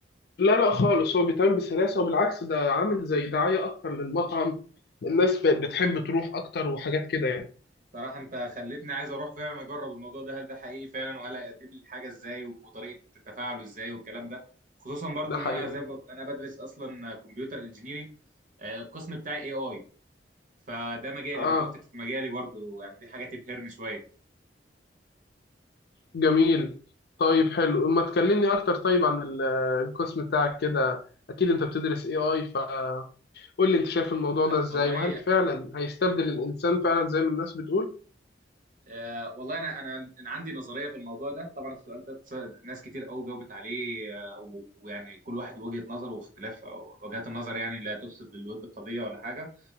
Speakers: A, on the left (about 60°); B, on the right (about 45°).
A: لا لا خالص هو بيتعامل بسلاسة وبالعكس ده عامل زي دعاية أكتر للمطعم الناس بقت بتحب تروح أكتر وحاجات كده يعني
B: بصراحة أنت خلتني عايز أروح فعلا أجرب الموضوع ده هل ده حقيقي فعلا وهل هيقدم لي الحاجة إزاي وطريقة تفاعله إزاي والكلام ده خصوصا برضو
A: ده
B: إن
A: حقيقي
B: أنا زي ب... أنا بدرس أصلا كمبيوتر انجينيرينج القسم بتاعي اي اي فده مجالي
A: اه
B: روبوتكس مجالي برضو يعني دي حاجة تبهرني شوية
A: جميل طيب حلو ما تكلمني أكتر طيب عن ال- القسم بتاعك كده أكيد أنت بتدرس AI فقول لي أنت شايف الموضوع
B: <laughs>
A: ده إزاي
B: والله
A: وهل فعلا هيستبدل الإنسان فعلا زي ما الناس بتقول؟
B: آه والله انا انا أنا عندي نظريه في الموضوع ده طبعا السؤال ده اتس- ناس كتير قوي جاوبت عليه آه و- ويعني كل واحد وجهه نظر واختلاف أو وجهات النظر يعني لا تفسد للود قضيه ولا حاجه